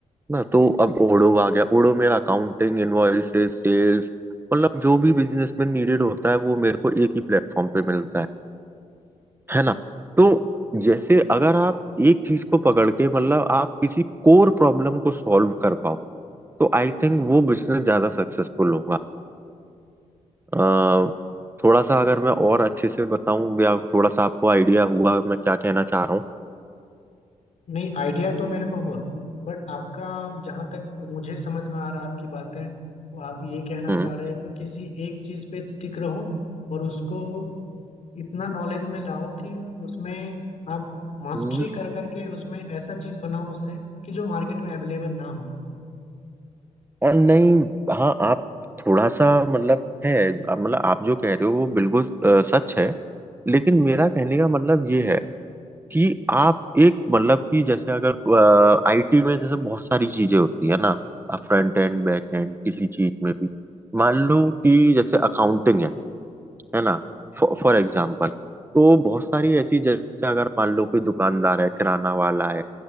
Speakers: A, on the right; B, on the left.
A: ना तो अब ओडो आ गया ओडो मेरा अकाउंटिंग इनवॉइसेस सेल्स मतलब जो भी बिजनेस में नीडेड होता है वो मेरे को एक ही प्लेटफॉर्म पे मिलता है है ना तो जैसे अगर आप एक चीज को पकड़ के मतलब आप किसी कोर प्रॉब्लम को सॉल्व कर पाओ तो आई थिंक वो बिजनेस ज्यादा सक्सेसफुल होगा अ, थोड़ा सा अगर मैं और अच्छे से बताऊं या थोड़ा सा आपको आइडिया हुआ मैं क्या कहना चाह रहा हूँ
B: नहीं आइडिया तो मेरे को हुआ बट आपका जहाँ तक मुझे समझ में आ रहा है आपकी बातें वो आप ये कहना
A: हम्म
B: चाह रहे हो कि किसी एक चीज़ पे स्टिक रहो और उसको इतना नॉलेज में लाओ कि उसमें आप मास्टरी
A: हम्म,
B: कर करके उसमें ऐसा चीज़ बनाओ उससे कि जो मार्केट में अवेलेबल ना हो
A: और नहीं हाँ आप थोड़ा सा मतलब है आप- मतलब आप जो कह रहे हो वो बिल्कुल अ, सच है लेकिन मेरा कहने का मतलब ये है कि आप एक मतलब कि जैसे अगर आईटी में जैसे बहुत सारी चीजें होती है ना आप फ्रंट एंड बैक एंड किसी चीज में भी मान लो कि जैसे अकाउंटिंग है है ना फॉर एग्जाम्पल तो बहुत सारी ऐसी जैसे अगर मान लो कोई दुकानदार है किराना वाला है